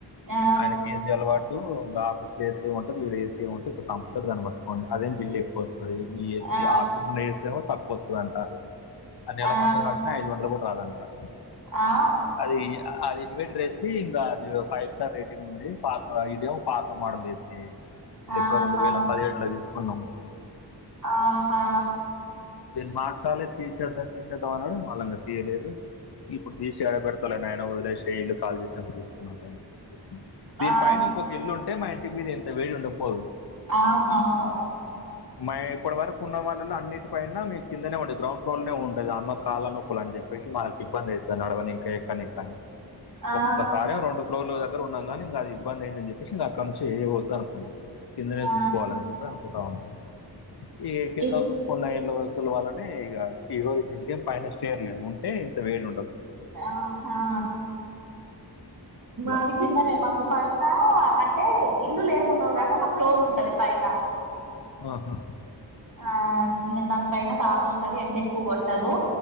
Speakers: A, on the right; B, on the left.
A: ఆ
B: ఆయన కేసీ అలవాటు పుడు ఆఫీస్ లో ఏసే ఉంటది ఈడ ఏసి ఉంటే సంపుతాడు దాన్ని పట్టుకొని అదే బిల్ ఎక్కువ వస్తది ఏసి
A: ఆ
B: ఆఫీస్ లో ఉండే ఏసీ ఏమో తక్కువొస్తదంట అ నెల
A: ఆ
B: మొత్తం నడుసిన ఐదు వందలు గూడ రాదంటా
A: ఆ
B: అది అది ఇన్వట రేస్ ఇంకా అది ఫైవ్ స్టార్ రేటింగ్ ఉంది పాత ఇదేమో పాత మోడల్ ఏసీ ది
A: ఆహా
B: ఎప్పుడో రెండు వేల పదిహేళ్లో తీసుకున్నాం
A: ఆహా
B: దీన్ని మాట్చాలే తీసద్దా తీసేద్దాం అన్నాడు మళ్ళా ఇంగ తీయలేదు ఇప్పుడు తీసి యాడ బెడతాలే నాయన వదిలేసేయి ఇల్లు కాలి చేసి నప్పుడు చూసుకుందాంలే అని చెప్పి ఊకున్న దీని
A: ఆ
B: పైన ఇంకొక ఇల్లు ఉంటే మా ఇంటి మీద ఇంత వేడి ఉండకపోవు
A: అవునవును
B: మా ఇప్పటి వరకు ఉన్న వాళ్ళలో అన్నింటి పైన మేము కిందనే ఉండే గ్రౌండ్ ఫ్లోర్ లనే ఉండేది అమ్మ కాళ్ళ నొప్పులు అని చెప్పేసి మనకు ఇబ్బంది అయితది నడవనికే, ఎక్కనికే అనీ
A: ఆ
B: ఒక్కసారేమో రెండు లోన్ల దగ్గర ఉన్నాం కానీ ఇంగ అది ఇబ్బంది అయిందని చెప్పేసి ఇంగ అక్కడ నుంచి ఏ వద్దు అనుకున్నాం. కిందనే
A: ఆ
B: చూసుకోవాలని చెప్పి అనుకుంటా ఉన్నం ఈ కింద
A: ఇ
B: చూసుకున్న ఇళ్ళ వసుల వల్లనే ఇగ ఈరోజు దీనికే పైన స్టేర్ లేదు ఉం టే ఇంత వేడి ఉండదు
A: ఆహా
B: అట్లా
A: మాది కిందనే మాకు పైన అంటే ఇల్లులు ఏమ్ ఉండవు కానీ ఒక ఫ్లోర్ ఉంటది పైన
B: ఆహా
A: ఆ ఇంగ దానిపైన డాబా వుంటది ఎండ ఎక్కువ కొట్టదు